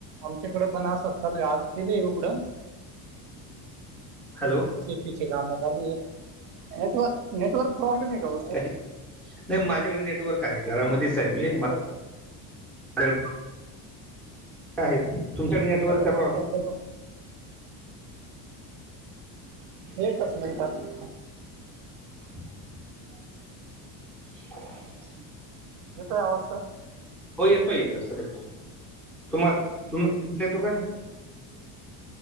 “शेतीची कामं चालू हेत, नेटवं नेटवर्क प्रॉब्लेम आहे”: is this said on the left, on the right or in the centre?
Right